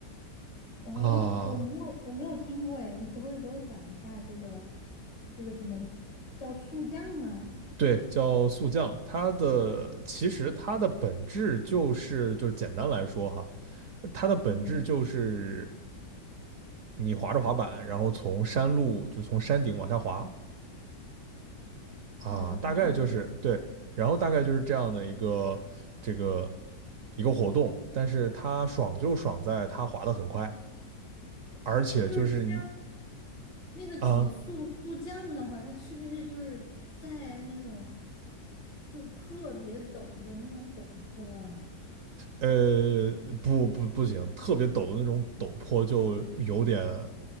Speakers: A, on the left; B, on the right.
A: 哦，
B: 啊。
A: 我没有我没有听过哎，你可不可以给我讲一下这个这个什么叫速降吗？
B: 对，叫速降，它的其实它的本质就是就是简单来说哈，它的本质就是
A: 嗯
B: 你滑着滑板，然后从山路就从山顶往下滑啊，
A: 啊，
B: 大概就是对，
A: 然后呢
B: 然后大概就是这样的一个这个一个活动，但是它爽就爽在它滑得很快，而且就是你
A: 就是它那个极速速降的话，
B: 啊
A: 它是不是就是在那种就是特别陡的那种陡坡呀？
B: 呃不不不行，特别陡的那种陡坡就有点。